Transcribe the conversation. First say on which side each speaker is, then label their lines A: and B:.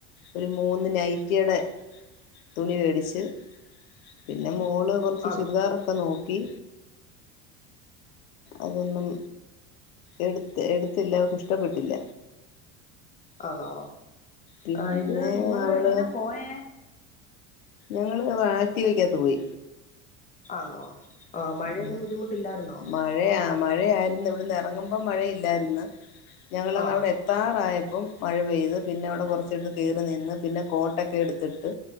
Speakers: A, on the left; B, on the left.
A: ഒരു മൂന്നു നൈറ്റിയുടെ തുണി മേടിച്ച് പിന്നെ മോള്
B: ആന്നോ
A: ചുരിദാറൊക്കെ നോക്കി അതൊന്നും എടു എടുത്തില്ല അവൾക്ക് ഇഷ്ടപ്പെട്ടില്ല.
B: ആണോ
A: പിന്നെ
B: ആ ഇത് നിങ്ങള്
A: അവള്
B: എങ്ങനാ പോയേ
A: ഞങ്ങള് ആക്റ്റീവക്കകത്ത് പോയി
B: ആണോ ആ മഴയൊന്നും
A: ഉം
B: ബുദ്ധിമുട്ടില്ലായിരുന്നോ
A: മഴയാ ആ മഴയാ ഇന്ന് ഇവിടുന്ന് ഇറങ്ങുമ്പോം മഴയില്ലായിരുന്ന് ഞങ്ങളങ്
B: ആ
A: അവിടെ എത്താറായപ്പം മഴ പെയ്തു പിന്നെ അവിടെ കുറച്ചിട്ട് കേറി നിന്ന് പിന്നെ കോട്ടൊക്കെ എടുത്തിട്ട്.